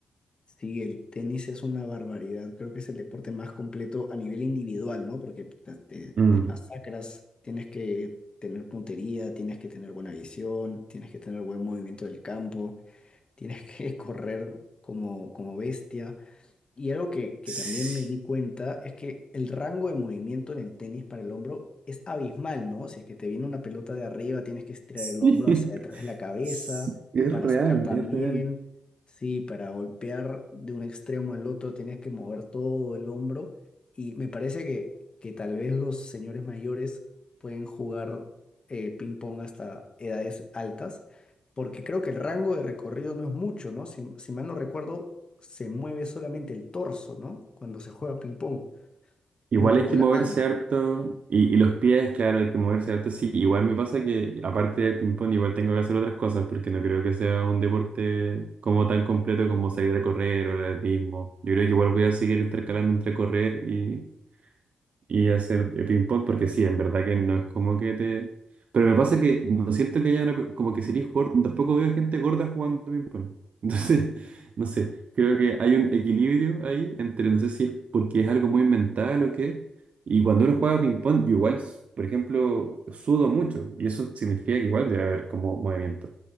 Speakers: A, on the left (about 40°); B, on the right (about 65°).
A: Sí, el tenis es una barbaridad. Creo que es el deporte más completo a nivel individual, ¿no? Porque te, te-
B: Mm.
A: te masacras, tienes que tener puntería, tienes que tener buena visión, tienes que tener buen movimiento del campo, tienes que <laughs> correr como, como bestia. Y algo que, que
B: Sí,
A: también me di cuenta es que el rango de movimiento en el tenis para el hombro es abismal, ¿no? Si es que te viene una pelota de arriba, tienes que estirar
B: <laughs>
A: el hombro hacia detrás de la cabeza
B: sí, es
A: para
B: real,
A: sacar también.
B: es real.
A: Sí, para golpear de un extremo al otro tienes que mover todo el hombro. Y me parece que, que tal vez los señores mayores pueden jugar eh, ping-pong hasta edades altas porque creo que el rango de recorrido no es mucho, ¿no? Si, si mal no recuerdo, se mueve solamente el torso, ¿no? Cuando se juega ping-pong y
B: Igual
A: un poco
B: hay que
A: la
B: moverse
A: mano.
B: harto y, y los pies, claro, hay que moverse harto. Sí, igual me pasa que aparte del ping-pong igual tengo que hacer otras cosas porque no creo que sea un deporte como tan completo como salir a correr o el atletismo. Yo creo que igual voy a seguir intercalando entre correr y, y hacer de ping pong, porque sí, en verdad que no es como que te... Pero me pasa que no siento que haya una... pe- Como que sería gordo, tampoco veo gente gorda jugando ping pong. Entonces, <laughs> no sé, creo que hay un equilibrio ahí entre, no sé si es porque es algo muy mental o qué. Y cuando uno juega ping pong, yo igual, por ejemplo, sudo mucho, y eso significa que igual debe haber como movimiento.